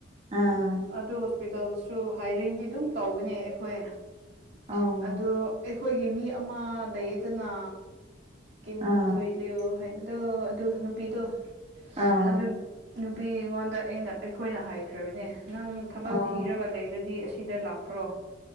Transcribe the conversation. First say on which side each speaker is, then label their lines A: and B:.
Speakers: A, on the right; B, on the right.
A: ꯑꯥ
B: ꯑꯗꯨ ꯍꯣꯁꯄꯤꯇꯥꯜꯗꯁꯨ ꯍꯥꯏꯔꯤꯡꯗꯤ ꯑꯗꯨꯝ ꯇꯧꯕꯅꯦ ꯑꯩꯈꯣꯏ
A: ꯑꯧ
B: ꯑꯗꯨ ꯑꯩꯈꯣꯏꯒꯤ ꯃꯤ ꯑꯃ ꯂꯩꯗꯅ ꯀꯤꯟ
A: ꯑꯥ
B: ꯊꯣꯏ ꯂꯩꯎ ꯍꯥꯏꯕꯗꯣ ꯑꯗꯨ ꯅꯨꯄꯤꯗꯣ
A: ꯑꯥ
B: ꯑꯗꯨ ꯅꯨꯄꯤ ꯑꯩꯉꯣꯟꯗ ꯑꯩꯅ ꯑꯩꯈꯣꯏꯅ ꯍꯥꯏꯈ꯭ꯔꯕꯅꯦ ꯅꯪ ꯊꯕꯛ
A: ꯑꯣ
B: ꯊꯤꯔꯒ ꯂꯩꯔꯗꯤ ꯑꯁꯤꯗ ꯂꯥꯛꯈ꯭ꯔꯣ